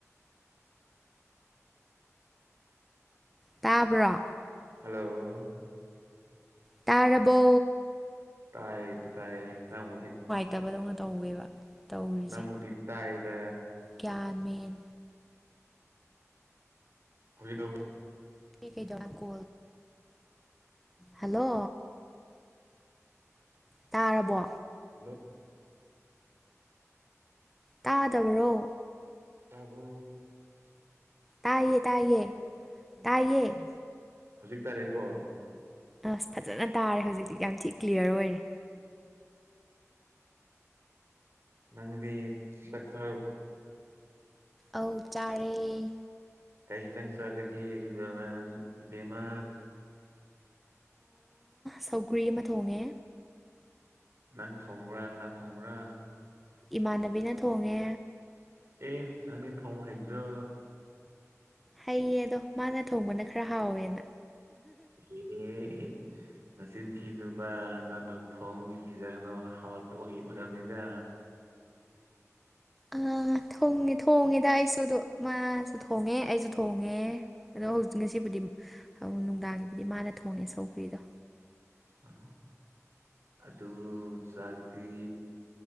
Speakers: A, in the centre; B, on the right (about 55°).
A: ꯇꯥꯕ꯭ꯔꯣ
B: ꯍꯜꯂꯣ
A: ꯇꯥꯔꯕꯣ
B: ꯇꯥꯏꯌꯦ ꯇꯥꯏꯌꯦ ꯅ ꯎꯗꯤ
A: ꯐꯇꯕꯗꯧꯅ ꯇꯧꯒꯦꯕ ꯇꯧꯔꯤꯁꯦ
B: ꯅꯪꯕꯨꯗꯤ ꯇꯥꯏꯗ
A: ꯒ꯭ꯌꯥꯟ ꯃꯦꯟ
B: ꯍꯧ
A: ꯀꯗꯧ ꯀꯣ ꯍꯜꯂꯣ ꯇꯥꯔꯕꯣ
B: ꯍꯜꯂꯣ
A: ꯇꯥꯗꯕꯔꯣ
B: ꯇꯕꯕꯨ
A: ꯇꯥꯏꯌꯦ ꯇꯥꯏꯌꯦ ꯇꯥꯏꯌꯦꯌꯦ
B: ꯍꯧꯖꯤꯛ ꯇꯥꯔꯦꯀꯣ
A: ꯑꯁ ꯐꯖꯅ ꯇꯥꯔꯦ ꯍꯧꯖꯤꯛꯇꯤ ꯌꯥꯝ ꯊꯤ ꯀ꯭ꯂꯤꯌꯥꯔ ꯑꯣꯏꯔꯦ
B: ꯅꯪꯗꯤ ꯆ ꯆꯣ
A: ꯑ ꯆꯥꯔꯦ
B: ꯀ ꯌꯦꯟꯁꯥꯡ ꯆꯗꯒꯤ ꯕꯃ ꯕꯃꯥ
A: ꯁꯧꯒ꯭ꯔꯤ ꯑꯃ ꯊꯣꯡꯉꯦ
B: ꯅꯪ ꯊꯣꯡꯕ꯭ꯔꯥ ꯅꯥ ꯊꯣꯡꯕ꯭ꯔꯥ
A: ꯏꯃꯥꯟꯅꯕꯤꯅ ꯊꯣꯡꯉꯦ
B: ꯑꯦ ꯅꯪꯅꯤ ꯊꯣꯡ ꯍꯩꯗ꯭ꯔꯣ
A: ꯍꯩꯌꯦ ꯑꯗꯣ ꯃꯥꯅ ꯊꯣꯡꯕꯅ ꯈꯔ ꯍꯥꯎꯋꯦꯅ
B: ꯑꯦ ꯃꯆꯤꯟ ꯊꯤꯗꯨꯕ ꯅꯃꯝ ꯊꯣꯡꯕꯒꯤ ꯍꯤꯖꯥꯡꯗꯣ ꯍꯥꯎꯠ ꯃꯒ ꯏꯔꯝꯗ
A: ꯑ ꯊꯣꯡꯉꯦ ꯊꯣꯡꯉꯦꯗ ꯑꯩꯁꯨ ꯑꯗꯨ ꯃꯥꯁꯨ ꯊꯣꯡꯉꯦ ꯑꯩꯁꯨ ꯊꯣꯡꯉꯦ ꯑꯗꯣ ꯍꯧꯖꯤꯛ ꯉꯁꯤꯕꯨꯗꯤ ꯅꯨꯡꯗꯥꯡꯒꯤꯕꯨꯗꯤ ꯃꯥꯅ ꯊꯣꯡꯉꯦ ꯁꯧꯒ꯭ꯔꯤꯗꯣ
B: ꯑ ꯑꯗꯨ ꯆꯒꯗꯤ